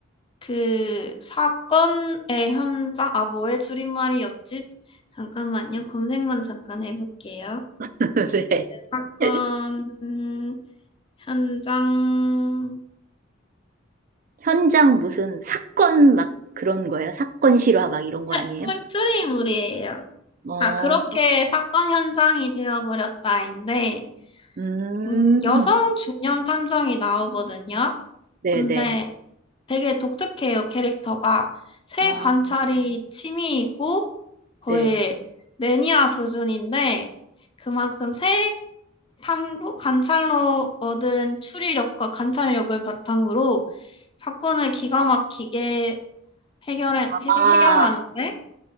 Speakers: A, on the left; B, on the right.
A: 그 사건의 현장, 아, 뭐의 줄임말이었지? 잠깐만요. 검색만 잠깐 해볼게요.
B: <laughs>
A: 사건,
B: 네.
A: 음, 현장,
B: 현장 무슨 사건 막 그런 거예요? 사건 실화 막 이런 거
A: 네,
B: 아니에요?
A: 줄- 줄임말이에요.
B: 어,
A: 아, 그렇게 사건 현장이 되어버렸다인데,
B: 음,
A: 음, 여성 중년 탐정이 나오거든요.
B: 네네.
A: 근데 되게 독특해요, 캐릭터가. 새
B: 어,
A: 관찰이 취미이고 거의
B: 네.
A: 매니아 수준인데 그만큼 새 탐구 관찰로 얻은 추리력과 관찰력을 바탕으로 사건을 기가 막히게 해결해,
B: 아,
A: 해- 해결하는데